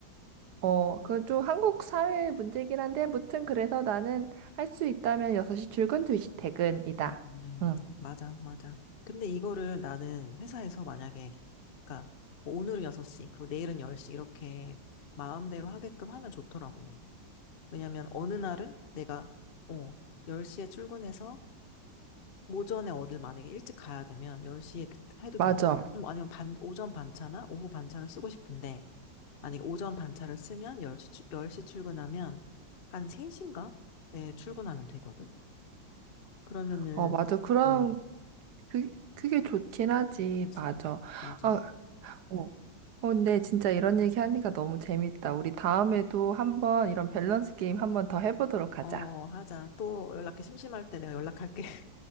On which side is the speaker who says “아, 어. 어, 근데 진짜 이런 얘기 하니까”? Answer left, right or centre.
Right